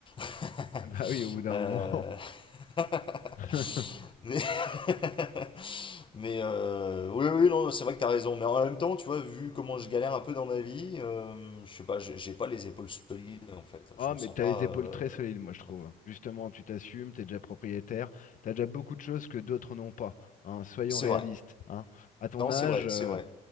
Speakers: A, on the left; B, on the left.
A: <laughs>
B: <laughs> Bah oui, au bout d'un
A: Euh,
B: moment.
A: <laughs>
B: <laughs>
A: Mais, <laughs> mais, euh, oui, oui, non, c'est vrai que t'as raison. Mais en même temps, tu vois, vu comment je galère un peu dans ma vie, euh, je sais pas, j'ai j'ai pas les épaules solides en fait. Je
B: Oh
A: me
B: mais
A: sens
B: t'as
A: pas.
B: les épaules
A: euh,
B: très solides, moi je
A: pardon.
B: trouve. Justement, tu t'assumes, t'es déjà propriétaire, t'as déjà beaucoup de choses que d'autres n'ont pas. hein, Soyons
A: C'est
B: réalistes.
A: vrai.
B: Hein. À ton
A: Non,
B: âge,
A: c'est vrai,
B: euh,
A: c'est vrai.